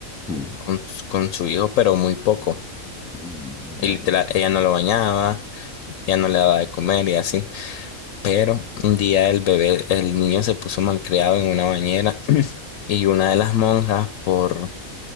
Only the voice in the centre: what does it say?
Mm,
mm, Vale,
vale.